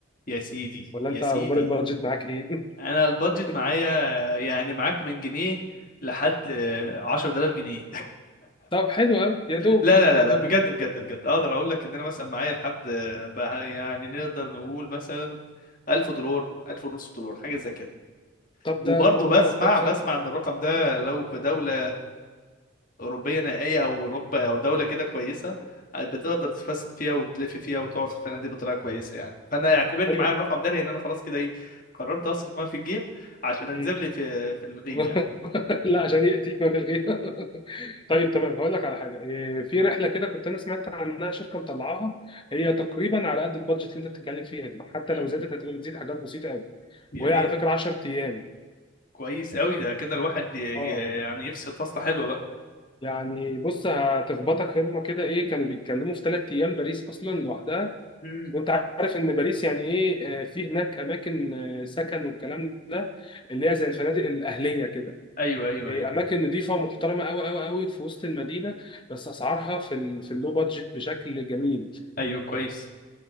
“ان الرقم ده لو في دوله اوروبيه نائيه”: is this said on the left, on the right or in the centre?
Left